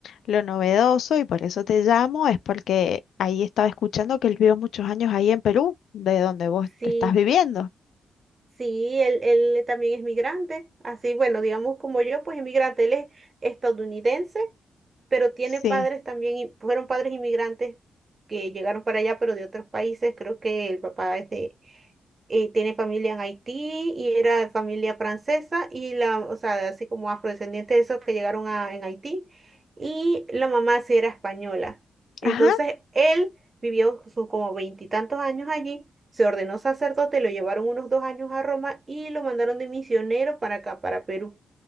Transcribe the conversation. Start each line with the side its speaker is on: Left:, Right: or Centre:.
Left: lo novedoso, y por eso te llamo, es porque ahí estaba escuchando que él vivió muchos años ahí en Perú, de donde vos
Right: Sí,
Left: te estás viviendo.
Right: sí, él, él también es migrante. Así, bueno, digamos como yo, pues inmigrante. Él es estadounidense, pero tiene
Left: Sí.
Right: padres también, y- fueron padres inmigrantes que llegaron para allá, pero de otros países. Creo que el papá es de eh, tiene familia en Haití y era familia francesa y la, o sea, así como afrodescendientes de esos que llegaron a, en Haití y la mamá sí era española. Entonces
Left: Ajá,
Right: él vivió sus como veintitantos años allí, se ordenó sacerdote, lo llevaron unos dos años a Roma y lo mandaron de misionero para acá, para Perú